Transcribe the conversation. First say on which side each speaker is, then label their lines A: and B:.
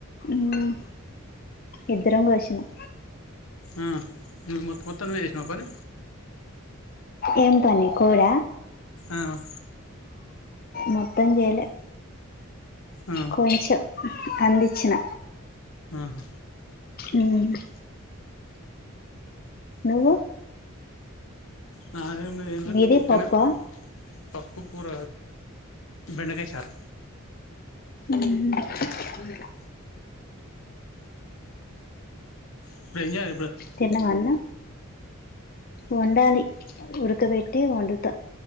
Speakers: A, on the left; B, on the left.
A: మ్మ్ ఇద్దరం కోసినాం
B: ఆ మొత్త మొత్తం నువ్వే చేసినావ పని
A: ఎంటి అండి కోడ
B: అవ్
A: మొత్తం చేయ్యాలే
B: ఆ,
A: కొంచెం అందించ్చిన
B: ఆహా
A: ఉను నువ్వు
B: నాది ఏం ఉన్నది ఏం లేదు
A: మీది
B: ఉత్తినే
A: పప్పా
B: పప్పు కూర బెండకాయ చారు
A: అవున
B: ఇప్పుడు ఎంజాయ్.
A: తిన్నావా అన్నం. వండాలి ఉడకబెట్టి వండుతా